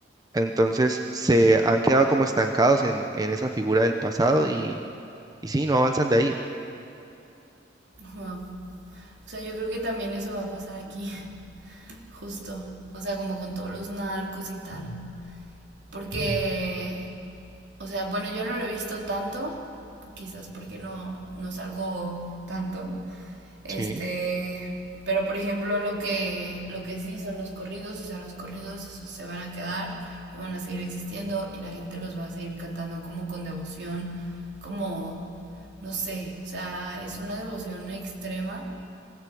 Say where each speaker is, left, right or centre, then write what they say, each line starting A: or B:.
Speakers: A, on the right (about 20°); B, on the right (about 70°).
A: Entonces se han quedado como estancados en, en esa figura del pasado y, y sí, no avanzan de ahí.
B: Wow. O sea, yo creo que también eso va a pasar aquí, <laughs> justo. O sea, como con todos los narcos y tal. Porque, o sea, bueno, yo no lo he visto tanto, quizás porque no, no salgo tanto. Este,
A: Sí,
B: pero por ejemplo, lo que, lo que sí son los corridos, o sea, los corridos, esos se van a quedar y van a seguir existiendo y la gente los va a seguir cantando como con devoción, como, no sé, o sea, es una devoción extrema